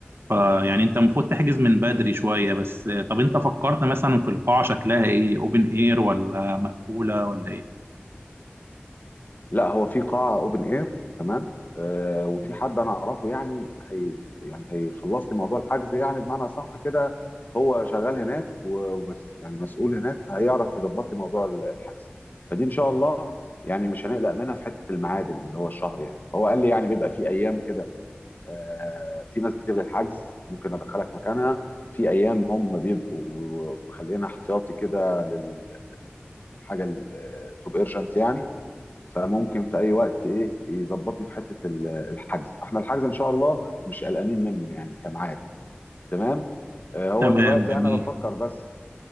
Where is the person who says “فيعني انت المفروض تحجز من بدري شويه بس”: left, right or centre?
Right